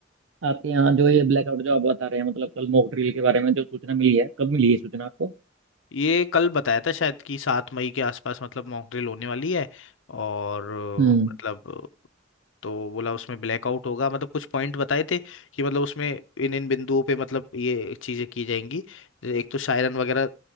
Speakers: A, on the right; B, on the left.
A: आपके यहाँ जो ये ब्लैकआउट जो आप बता रहे हैं मतलब कल मॉक ड्रिल के बारे में जो सूचना मिली है कब मिली है सूचना आपको
B: ये कल बताया था शायद कि सात मई के आसपास मतलब मॉक ड्रिल होने वाली है और
A: हम्म
B: मतलब तो बोला उसमें ब्लैकआउट होगा मतलब कुछ पॉइंट बताए थे कि मतलब उसमें इन इन बिंदुओं पे मतलब ये चीज़ें की जाएंगी एक तो शायरन वगैरह